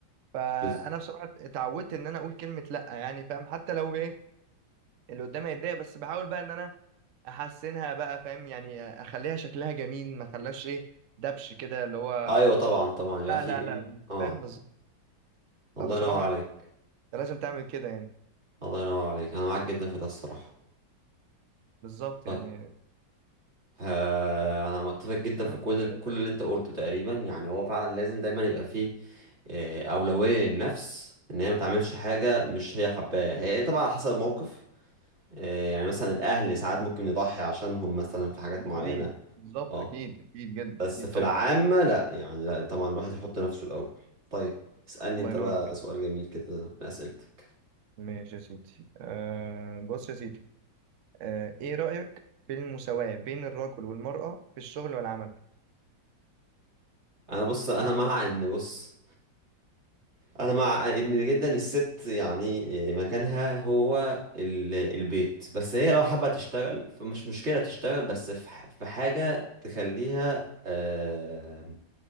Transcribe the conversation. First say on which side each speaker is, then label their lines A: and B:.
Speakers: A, on the right; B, on the right.
A: فانا
B: بز...
A: بصراحه اتعودت ان انا اقول كلمه لا يعني فاهم حتى لو ايه اللي قدامي يتضايق بس بحاول بقى ان انا احسنها بقى فاهم يعني اخليها شكلها جميل ما اخليهاش ايه دبش كده اللي هو
B: ايوه طبعا طبعا يبقى
A: لا
B: في
A: لا
B: ايه
A: لا
B: اه
A: فاهم بالظبط
B: الله
A: فبصراحه
B: ينور عليك
A: انت لازم تعمل كده يعني
B: الله ينور عليك انا معاك جدا في ده الصراحه
A: بالظبط
B: طيب
A: يعني
B: آه انا متفق جدا
A: كلام
B: في كل
A: <laughs>
B: ال- كل اللي انت قلته تقريبا يعني هو فعلا لازم دايما يبقى فيه آه، اولويه للنفس ان هي ما تعملش حاجه مش هي حباها هي طبعا على حسب الموقف آه، يعني مثلا الاهل ساعات ممكن يضحي عشانهم مثلا في حاجات معينه
A: طبيعي بالظبط
B: اه
A: اكيد اكيد جدا
B: بس
A: اكيد
B: في
A: طبعا
B: العامة لا يعني لا طبعا الواحد يحط نفسه الأول طيب اسألني
A: الله
B: انت
A: ينور
B: بقى
A: عليك
B: سؤال جميل كده من أسئلتك
A: ماشي يا سيدي أه بص يا سيدي أه ايه رايك في المساواه بين الرجل والمراه في الشغل والعمل
B: انا بص انا مع ان بص انا مع ان جدا الست يعني مكانها هو ال- البيت بس هي لو حابة تشتغل فمش مشكلة تشتغل بس في ح- في حاجة تخليها آه